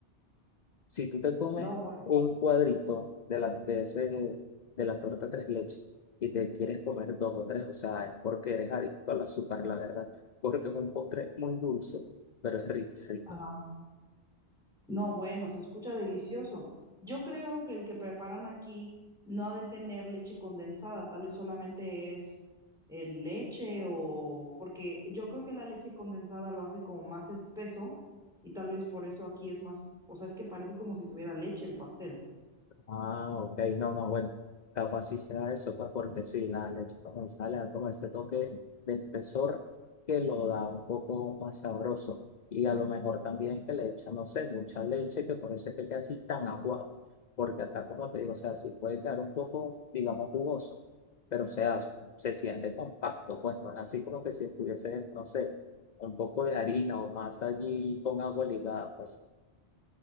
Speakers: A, on the left; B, in the centre.
A: si tú te comes
B: No, bueno.
A: un cuadrito de la, de ese- de la torta tres leches y te quieres comer dos o tres, o sea, es porque eres adicto al azúcar, la verdad. Porque es un postre muy dulce, pero es rico, es rico.
B: Ajá. No, bueno, se escucha delicioso. Yo creo que el que preparan aquí no ha de tener leche condensada, tal vez solamente es eh, leche o porque yo creo que la leche condensada lo hace como más espeso y tal vez por eso aquí es más, o sea, es que parece como si tuviera leche el pastel.
A: Ah, ok, no, no, bueno, capaz sí sea eso, pues porque sí, la leche condensada le da como ese toque de espesor que lo da un poco más sabroso. Y a lo mejor también que le echan, no sé, mucha leche, que por eso es que queda así tan aguado. Porque acá, como te digo, o sea, sí puede quedar un poco, digamos, jugoso, pero o sea, se siente compacto, pues no es así como que si estuviese, no sé, un poco de harina o masa allí con agua ligada, pues.